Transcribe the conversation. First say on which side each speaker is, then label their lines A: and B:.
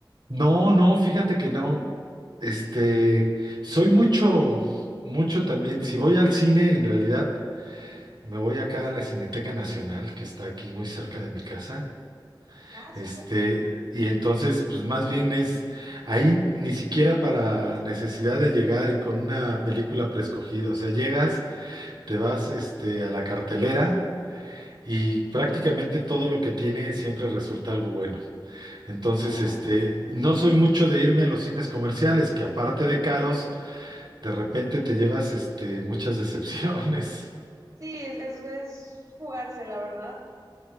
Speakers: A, on the right; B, on the right.
A: No, no, fíjate que no. Este, soy mucho, mucho también. Si voy al cine, en realidad, me voy acá a la Cineteca Nacional, que está aquí muy cerca de mi casa.
B: Ah, súper.
A: Este, y entonces, pues más bien es ahí ni siquiera para necesidad de llegar y con una película preescogida. O sea, llegas, te vas, este, a la cartelera y prácticamente todo lo que tiene siempre resulta algo bueno. Entonces,
B: Ah,
A: este, no soy mucho de irme a los cines comerciales, que aparte de caros, de repente te llevas, este, muchas decepciones. <laughs>
B: sí, es, es, es jugársela, ¿verdad?